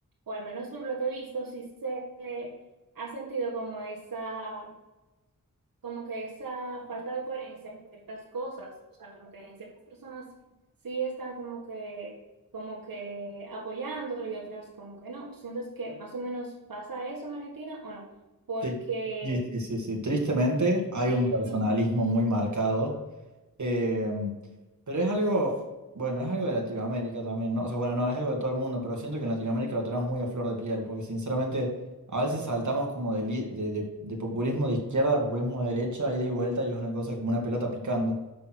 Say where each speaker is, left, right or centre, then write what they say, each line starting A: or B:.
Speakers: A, on the right; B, on the right.
A: o al menos por lo que he visto, sí se eh, ha sentido como esa, como que esa falta de coherencia en ciertas cosas, o sea, como que en ciertas personas sí están como que, como que apoyándolo y otras como que no. ¿Tú sientes que más o menos pasa eso en Argentina o no? Porque,
B: sí, sí, sí, sí. sí. Tristemente hay un
A: <laughs>
B: personalismo muy marcado Eh, pero es algo, bueno, es algo de Latinoamérica también, ¿no? O sea, bueno, no, es algo de todo el mundo, pero siento que en Latinoamérica lo tenemos muy a flor de piel, porque sinceramente a veces saltamos como de, li- de, de- de populismo de izquierda a populismo de derecha, ida y vuelta, y es una cosa como una pelota picando.